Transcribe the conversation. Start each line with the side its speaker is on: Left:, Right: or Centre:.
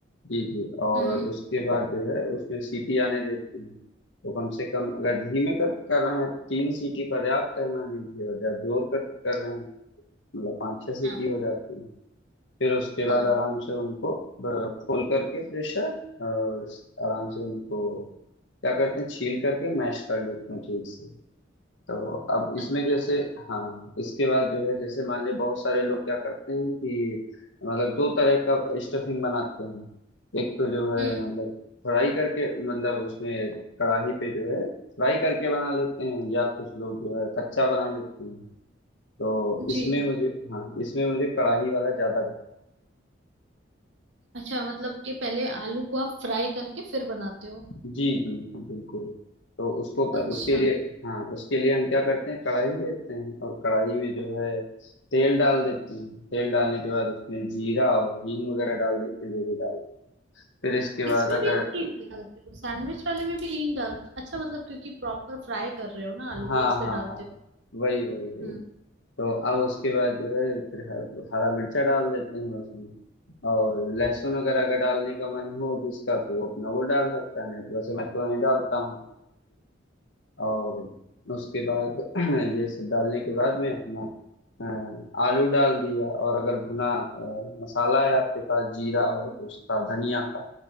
Left: जी जी और
Right: हम्म
Left: उसके बाद जो है उसमें सीटी आने देते हैं तो कम से कम अगर धीमे
Right: हाँ
Left: कर कर रहे हैं तीन सीटी पर्याप्त है मान लीजिए और जब जोर करके कर रहे हैं मतलब पाँच छह सीटी
Right: हाँ
Left: हो जाती फिर उसके बाद
Right: हाँ,
Left: आराम से उनको अ, खोल करके प्रेशर अ, आराम से उनको क्या करते हैं छील करके मैश कर लेते हैं ठीक से तो अब इसमें
Right: अच्छा,
Left: जैसे हाँ इसके बाद जो है जैसे मान लीजिए बहुत सारे लोग क्या करते हैं कि मतलब दो तरह का स्टफिंग बनाते हैं एक तो जो है
Right: हम्म
Left: मतलब फ्राई करके मतलब उसमें कढ़ाई पे जो है फ्राई करके बना लेते हैं या कुछ लोग जो है कच्चा बना लेते हैं तो
Right: जी
Left: इसमें मुझे हाँ इसमें मुझे कढ़ाई वाला ज्यादा
Right: अच्छा मतलब कि पहले आलू को आप फ्राई करके फिर बनाते हो
Left: जी जी जी, बिल्कुल तो उसको
Right: अच्छा
Left: उसके लिए हाँ उसके लिए हम क्या करते हैं कढ़ाई लेते हैं और कढ़ाई में जो है तेल डाल देते हैं तेल डालने के बाद उसमें जीरा और हींग वगैरह डाल देते हैं जो भी डाल फिर इसके बाद
Right: इसमें
Left: अगर
Right: भी आप हींग डालते हो सैंडविच वाले में भी हींग डालते अच्छा मतलब क्योंकि प्रॉपर फ्राई कर रहे हो ना आलू
Left: हाँ
Right: को इसलिए
Left: हाँ
Right: डालते
Left: हाँ
Right: हो
Left: वही वही वही
Right: हम्म
Left: तो अब उसके बाद जो है फिर ह- हरा मिर्चा डाल देते हैं उसमें और लहसुन
Right: हम्म,
Left: अगर अगर डालने का मन हो जिसका तो वो अपना वो डाल सकता है नहीं तो वैसे मैं तो नहीं डालता हूँ और उसके बाद <clears throat> ये सब डालने के बाद में अपना अ, आलू डाल दिया और अगर भुना अ, मसाला है आपके पास जीरा और उसका धनिया का